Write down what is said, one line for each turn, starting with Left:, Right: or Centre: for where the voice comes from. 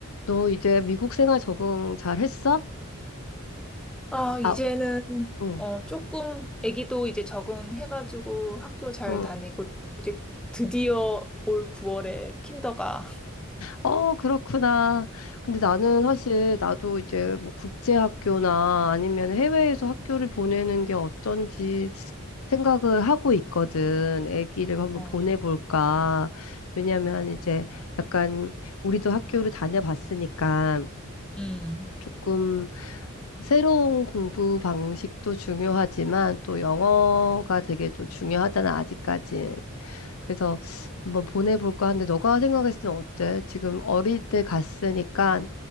Left: 너 이제 미국 생활 적응 잘 했어?
Centre: 아, 이제는,
Left: 아, 응,
Centre: 어, 조금, 아기도 이제 적응해가지고 학교 잘
Left: 응.
Centre: 다니고, 이제 드디어 올 9월에 킨더가. <laughs>
Left: 어, 그렇구나. 근데 나는 사실 나도 이제 뭐 국제학교나 아니면 해외에서
Centre: 음,
Left: 학교를 보내는 게 어떤지 생각을 하고 있거든. 아기를 한번
Centre: 어,
Left: 보내볼까. 왜냐면 이제 약간 우리도 학교를 다녀봤으니까
Centre: 음,
Left: 조금 새로운 공부 방식도 중요하지만 또 영어가 되게 또 중요하잖아, 아직까지. 그래서 한번 보내볼까 하는데 너가 생각했을 땐 어때? 지금 어릴 때 갔으니까